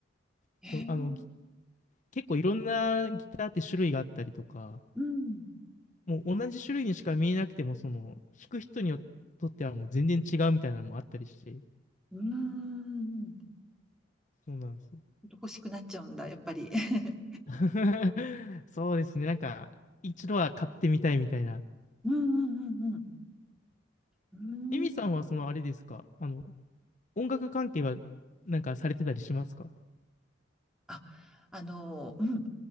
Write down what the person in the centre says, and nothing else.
えー、
うん。
うん。
欲しくなっちゃうんだ、やっぱり。<laughs>
うん。うん。うん。うん。
うん
あ、あの、うん、